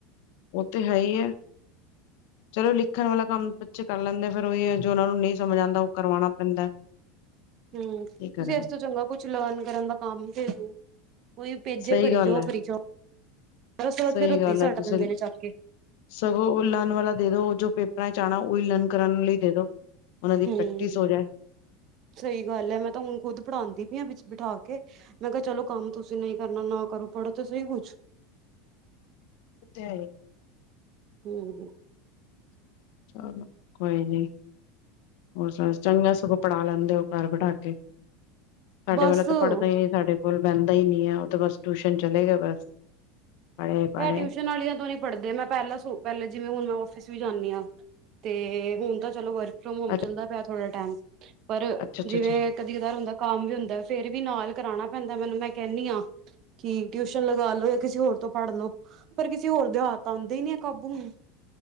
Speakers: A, on the left (about 65°); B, on the right (about 45°).
A: ਉਹ ਤੇ ਹੈ ਹੀ ਹੈ। ਚਲੋ ਲਿਖਣ ਵਾਲਾ ਕੰਮ ਬੱਚੇ ਕਰ ਲੈਂਦੇ ਫਿਰ ਉਹੀ ਜੋ ਉਹਨਾਂ ਨੂੰ ਨਹੀਂ ਸਮਝ ਆਉਂਦਾ ਉਹ ਕਰਵਾਉਣਾ ਪੈਂਦਾ।
B: ਹਮ ਤੁਸੀਂ
A: ਕੀ ਕਰਨ
B: ਇਸ ਤੋਂ ਚੰਗਾ ਕੁਛ ਲਰਨ ਕਰਨ ਦਾ ਕੰਮ ਹੀ ਦੇਦੇਓ। ਕੋਈ ਭੇਜੇ
A: ਸਹੀ
B: ਭਰੀ
A: ਗੱਲ
B: ਜਾਓ
A: ਹੈ
B: ਭਰੀ ਜਾਓ। ਉਸ ਤੋਂ ਬਾਅਦ
A: ਸਹੀ
B: ਫਿਰ ਰੱਦੀ
A: ਗੱਲ
B: ਸੱਟ
A: ਹੈ ਤੁਸੀਂ
B: ਦਿੰਦੇ ਨੇ ਚੱਕ ਕੇ
A: ਸਗੋਂ ਲਰਨ ਵਾਲਾ ਦੇ ਦੋ ਜੋ ਜਾਣਾ ਉਇੳ ਲਰਨ ਕਰਨ ਲਈ ਦੇ ਦੋ ਉਹਨਾਂ ਦੀ
B: ਹੂੰ
A: ਪ੍ਰੈਕਟਿਸ ਹੋ ਜਾਏ।
B: ਸਹੀ ਗੱਲ ਹੈ ਮੈਂ ਤਾਂ ਹੁਣ ਖੁਦ ਪੜ੍ਹਾਉਂਦੀ ਪੲਈ ਹਾਂ ਵਿੱਚ ਬਿਠਾ ਕੇ। ਮੈਂ ਕਿਹਾ ਚਲੋ ਕੰਮ ਤੁਸੀਂ ਨਹੀਂ ਕਰਨਾ ਨਾ ਕਰੋ ਪੜ੍ਹੋ ਤੇ ਸਹੀ ਕੁਛ
A: ੳ ਤੇ ਹੈ ਹੀ।
B: ਹਮ ਹਮ।
A: ਚਲੋ ਕੋਈ ਨੀ ਹੋਰ ਚੰਗਾ ਸਗੋ ਪੜਾ ਲੈਂਦੇ ਹੋ ਘਰ ਬਿਠਾ ਕੇ। ਸਾਡੇ
B: ਬਸ
A: ਵਾਲਾ ਤਾਂ
B: ਇਹ
A: ਪੜ੍ਹਦਾ ਹੀ ਨਹੀਂ ਸਾਡੇ ਕੋਲ ਬਹਿੰਦਾ ਹੀ ਨਹੀਂ ਹੈ ਉਹ ਤਾਂ ਬਸ ਟਿਊਸ਼ਨ ਚਲੇਗਾ ਬਸ। ਪੜ੍ਹੇ ਪੜ੍ਹੇ
B: ਇਹ ਟਿਊਸ਼ਨ ਵਾਲੀਆਂ ਤੋਂ ਨੀ ਪੜ੍ਹਦੇ ਮੈਂ ਪਹਿਲਾਂ ਜਿਵੇਂ ਹੁਣ ਮੈਂ ਆਫਿਸ ਵੀ ਜਾਂਦੀ ਹਾਂ। ਤੇ ਹੁਣ ਤਾਂ ਚਲੋ ਵਰਕ ਫਰੋਮ ਹੋਮ
A: ਅੱਛਾ
B: ਚੱਲਦਾ ਪਿਆ ਥੋੜਾ ਟਾਈਮ ਪਰ
A: ਅੱਛਾ
B: ਜਿਵੇਂ
A: ਅੱਛਾ
B: ਕਦੀ ਕਦਾਰ ਹੁੰਦਾ ਕੰਮ ਵੀ ਹੁੰਦਾ ਫੇਰ ਵੀ ਨਾਲ ਕਰਾਉਣਾ ਪੈਂਦਾ ਮੈਨੂੰ ਮੈਂ ਕਹਿੰਦੀ ਹਾਂ ਕਿ ਟਿਊਸ਼ਨ ਲਗਾ ਲੋ ਜਾਂ ਕਿਸੇ ਹੋਰ ਤੋਂ ਪੜ੍ਹ ਲਓ ਪਰ ਕਿਸੇ ਹੋਰ ਦੇ ਹੱਥ ਤਾਂ ਆਉਂਦੇ ਹੀ ਨੀ ਆ ਕਾਬੂ ਨੂੰ